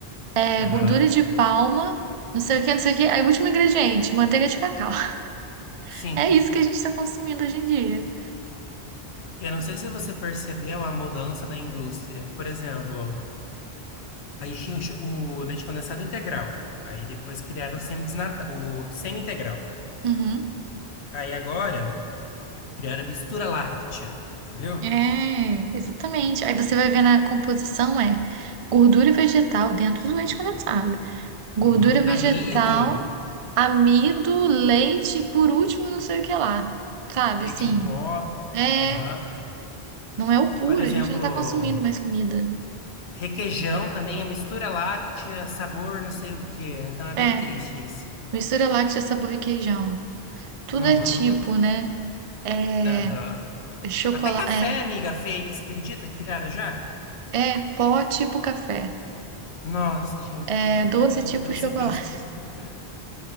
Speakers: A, on the right; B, on the left.
A: é,
B: Aham,
A: gordura de palma, não sei o quê, não sei o quê. Aí o último ingrediente, manteiga de cacau. <laughs>
B: sim.
A: É isso que a gente está consumindo hoje em dia.
B: Eu não sei se você percebeu a mudança da indústria. Por exemplo. Aí tinha o ch- o leite condensado integral. Aí depois criaram o semi o semi-integral.
A: Uhum.
B: Aí agora criaram a mistura láctea. Você viu?
A: É, exatamente. Aí você vai ver na composição é gordura vegetal dentro do leite condensado. Gordura
B: Uhum.
A: vegetal,
B: Amido,
A: amido, leite, e por último, não sei o que lá. Sabe,
B: leite
A: assim,
B: em pó.
A: é,
B: aham.
A: não é o puro,
B: Por exemplo,
A: a gente não tá consumindo mais comida.
B: requeijão também a mistura láctea, sabor não sei o quê. Então é bem
A: É,
B: triste isso.
A: mistura láctea, sabor e queijão. Tudo
B: Uhum.
A: é tipo,
B: <laughs>
A: né? É,
B: Aham.
A: chocolate,
B: Até café, amiga fake, você acredita que criaram já?
A: é, é pó tipo café.
B: Nossa, gente,
A: É
B: é,
A: doce
B: é
A: tipo
B: um precipício.
A: chocolate.
B: <laughs>